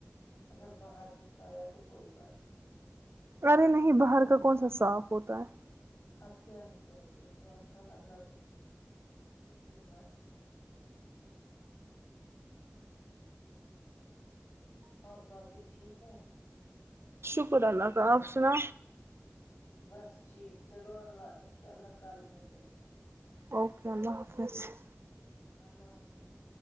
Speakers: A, on the left; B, on the right.
A: اگر باہر ہی کھایا تو کوئی بات نہیں
B: ارے نہیں باہر کا کون سا صاف کتا <unintelligible>
A: اب کیا ہی کریں ان کو اچھا لگا تو ان کی مرضی <unintelligible> اور باقی ٹھیک ہوں
B: شکر اللہ تال آپ سنا
A: بس ٹھیک چلو اللہ انشاء اللہ کل ملتےئے ہیں
B: اوکے اللہ حافظ <unintelligible>
A: اللہ حافظ